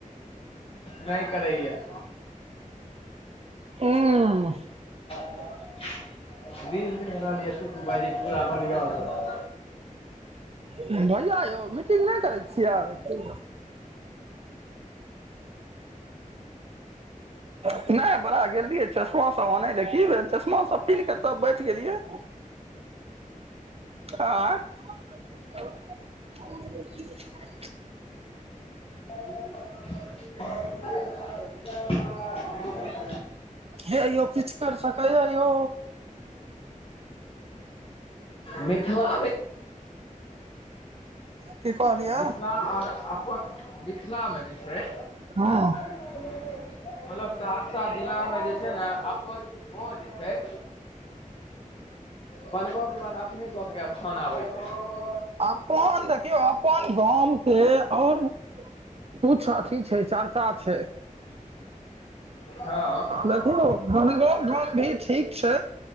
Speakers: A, on the left; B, on the right.
A: नय करैया।
B: हूॅं।
A: रील देखि रहलये टिप्पू भायजी पूरा बढ़ियाॅं स।
B: भैया यौ मीटिंग नहि करै छियै। <inaudible> नहि बड़ा गेलरहियै चश्मा सब आनय ले की भेल चश्मा सब पिन्ह क तब बैठि गेलियै। आंय। आ <inaudible>
A: <inaudible>
B: हे यौ किछ कर सकै यऽ यौ।
A: मिथिलामें
B: की कहलियै
A: मिथिला आर अपन मिथिलामे जे छैय
B: हँ।
A: मतलब सहरसा जिलामे जे छैय ने अपन गांव जे छैय बनगाॅंवके बाद अपने गाँवके स्थान आबैय छैय।
B: अपन देखियौ अपन गाम से आओर कुछ अथी छै, चर्चा छै।
A: हँ
B: रघु हो बनगाँव गांव भी ठीक छै,